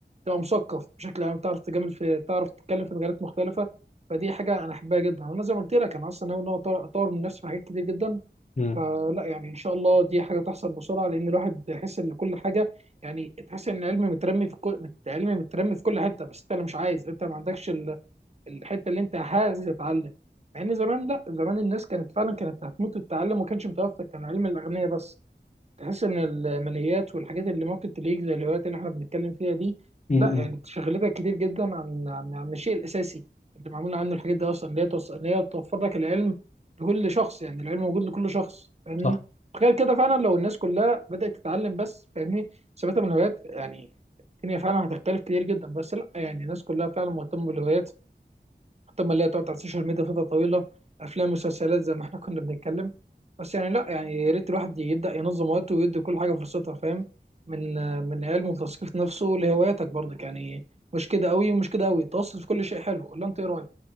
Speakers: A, on the right; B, on the left.
A: تبقى مثقف بشكل عام تعرف تجامل في تعرف تتكلم في مجالات مختلفه فدي حاجه انا احبها جدا وانا زي ما قلت لك انا اصلا ناوي ان انا اطور أطور من نفسي في حاجات كتير جدا
B: امم
A: فلا يعني ان شاء الله دي حاجه تحصل بسرعه لان الواحد يحس ان كل حاجه يعني تحس ان العلم مترمي في كل العلم مترمي في كل حته بس انت اللي مش عايز انت ما عندكش ال- الحته اللي انت عايز تتعلم مع ان زمان لا زمان الناس كانت فعلا كانت هتموت التعلم وما كانش متوفر كان علم الاغنياء بس تحس ان الماليات والحاجات اللي ممكن تليك زي الهوايات اللي احنا بنتكلم فيها دي
B: امم
A: لا يعني شغلتك كتير جدا عن عن عن الشيء الاساسي اللي معمول عنه الحاجات دي اصلا اللي هي توصل اللي هي توفر لك العلم لكل شخص يعني العلم موجود لكل شخص فاهمني
B: صح
A: تخيل كده فعلا لو الناس كلها بدأت تتعلم بس فاهمني ثباتها من الهوايات يعني الدنيا فعلا هتختلف كتير جدا بس لا يعني الناس كلها فعلا مهتمة بالهوايات اكتر ما اللي هي تقعد على السوشيال ميديا فتره طويله افلام ومسلسلات زي ما احنا كنا بنتكلم بس يعني لا يعني يا ريت الواحد يبدا ينظم وقته ويدي كل حاجه فرصتها فاهم من من علم وتثقيف نفسه لهواياتك برضك يعني مش كده قوي ومش كده قوي تواصل في كل شيء حلو ولا انت ايه رايك